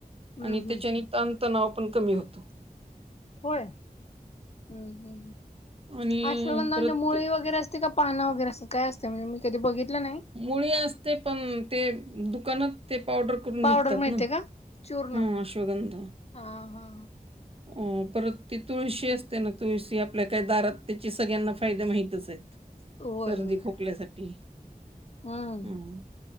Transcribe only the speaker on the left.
हम्म
हम्म
होय हम्म हम्म
अश्वगंधा
म्हणजे मूळ वगैरे असते का पाण वगैरे असं काय असते म्हणजे मी कधी बघितलं नाही.
पावडर
मिळते
का चूर्ण
हा हा
होय
होय
हम्म